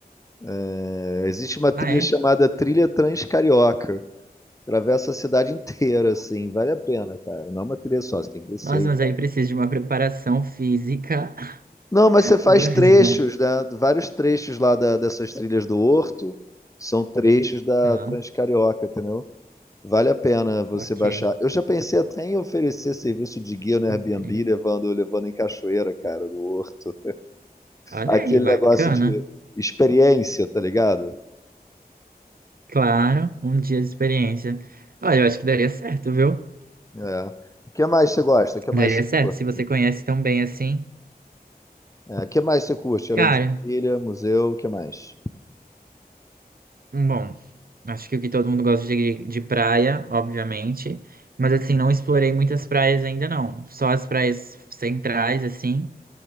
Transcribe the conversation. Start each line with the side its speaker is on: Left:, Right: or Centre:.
Left: É, existe uma trilha
Right: Ah, é?
Left: chamada Trilha Transcarioca. Atravessa a cidade inteira, assim. Vale a pena, cara. Não é uma trilha só, você tem que descer
Right: Nossa,
Left: e
Right: mas
Left: tal.
Right: aí precisa de uma preparação física <laughs>
Left: Não, mas você faz
Right: grande,
Left: trechos,
Right: né?
Left: né? Vários trechos lá da- dessas trilhas do Horto são trechos da
Right: Ah,
Left: Transcarioca, entendeu? Vale a pena você
Right: ok.
Left: baixar. Eu já pensei até em oferecer serviço de guia no Airbnb,
Right: E o Trin-
Left: levando, levando em cachoeira, cara, do Horto.
Right: Olha
Left: Aquele
Right: aí, bacana.
Left: negócio de experiência, tá ligado?
Right: Claro, um dia de experiência. Olha, eu acho que daria certo, viu?
Left: É. O que mais você gosta? O que mais
Right: Daria
Left: você
Right: certo,
Left: curte?
Right: se você conhece tão bem assim.
Left: É, o que mais você curte, além
Right: Cara,
Left: de trilha, museu, o que mais?
Right: bom, acho que o que todo mundo gosta de, de praia, obviamente. Mas assim, não explorei muitas praias ainda não. Só as praias centrais, assim.